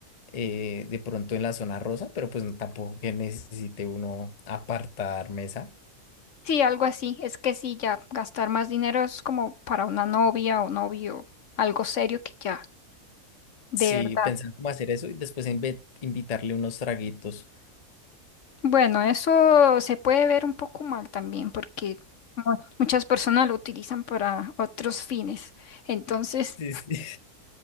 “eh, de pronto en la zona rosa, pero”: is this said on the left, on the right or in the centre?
Left